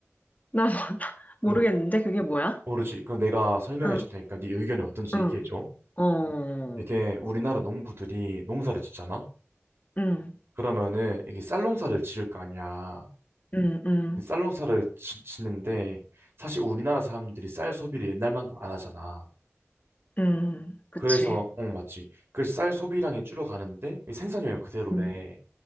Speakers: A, on the left; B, on the right.
A: 나 몰라. <laughs> 모르겠는데
B: 응
A: 그게 뭐야?
B: 모르지. 그럼 내가 설명해
A: 응,
B: 줄 테니까 네 의견이 어떤지
A: 응,
B: 얘기해 줘.
A: 어,
B: 이게 우리나라 농부들이 농사를 짓잖아.
A: 응,
B: 그러면은 이게 쌀농사를 지을 거 아니야.
A: 응, 응,
B: 이 쌀농사를 지, 짓는데 사실 우리나라 사람들이 쌀 소비를 옛날만큼 안 하잖아.
A: 응, 그치.
B: 그래서 어, 맞지. 그래서 쌀 소비량이 줄어가는데 이 생산량은 그대로래.
A: 응,